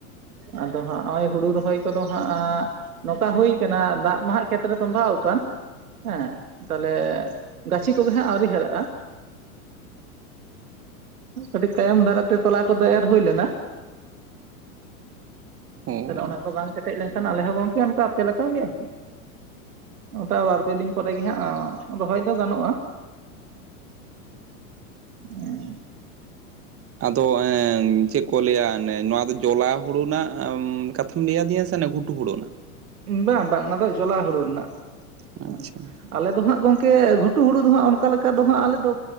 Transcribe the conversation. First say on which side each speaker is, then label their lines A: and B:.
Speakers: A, on the right; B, on the right.
A: ᱟᱫᱚ ᱦᱟᱸᱜ ᱦᱚᱸᱜᱼᱚᱭ ᱦᱩᱲᱩ ᱨᱚᱦᱚᱭ ᱠᱚᱫᱚ ᱦᱟᱸᱜ ᱱᱚᱝᱠᱟ ᱦᱩᱭᱠᱟᱱᱟ ᱫᱟᱜ ᱢᱟᱦᱟᱜ ᱠᱷᱮᱛᱨᱮ ᱛᱚᱢᱵᱟᱣᱟ ᱟᱠᱟᱱ ᱦᱮᱸ ᱛᱟᱦᱚᱞᱮ ᱜᱟᱪᱷᱤ ᱠᱚᱜᱮ ᱦᱟᱜ ᱟᱹᱣᱨᱤ ᱦᱟᱨᱟᱜᱼᱟ ᱠᱟᱹᱴᱤᱡ ᱛᱟᱭᱚᱢ ᱫᱟᱨᱟ ᱛᱮ ᱛᱚᱞᱟ ᱠᱚᱫᱚ ᱮᱨ ᱦᱩᱭ ᱞᱮᱱᱟ
B: ᱚ
A: ᱛᱟᱦᱚᱞᱮ ᱚᱱᱟ ᱠᱚ ᱵᱟᱝ ᱠᱮᱴᱮᱡ ᱞᱮᱱᱠᱷᱟᱱ ᱟᱞᱮ ᱦᱚᱸ ᱜᱚᱢᱠᱮ ᱚᱱᱠᱟ ᱟᱯᱮ ᱞᱮᱠᱟᱜᱮ ᱴᱟ ᱵᱟᱨ ᱯᱮ ᱫᱤᱱ ᱯᱚᱨᱮᱜ ᱜᱮ ᱦᱟᱸᱜ ᱨᱚᱦᱚᱭ ᱫᱚ ᱜᱟᱱᱚᱜᱼᱟ ᱦᱮᱸ
B: ᱟᱫᱚ ᱪᱮᱫ ᱠᱚ ᱞᱟᱹᱭᱟ ᱱᱚᱣᱟ ᱫᱚ ᱡᱚᱞᱟ ᱦᱩᱲᱩ ᱨᱮᱱᱟᱜ ᱠᱟᱛᱷᱟ ᱞᱟᱹᱭᱫᱤᱧ ᱥᱮ ᱜᱷᱩᱴᱩ ᱦᱩᱲᱩ ᱨᱮᱱᱟᱜ
A: ᱵᱟᱝ ᱵᱟᱝ ᱚᱱᱟ ᱫᱚ ᱡᱚᱞᱟ ᱦᱩᱲᱩ ᱨᱮᱱᱟᱜ
B: ᱟᱪᱪᱷᱟ
A: ᱦᱮᱸ ᱟᱞᱮ ᱫᱚ ᱦᱟᱸᱜ ᱜᱚᱝᱠᱮ ᱞᱟᱹᱴᱩ ᱦᱩᱲᱩ ᱫᱚ ᱦᱟᱸᱜ ᱚᱱᱠᱟ ᱞᱮᱠᱟ ᱫᱚ ᱦᱟᱜ ᱟᱞᱮ ᱫᱚ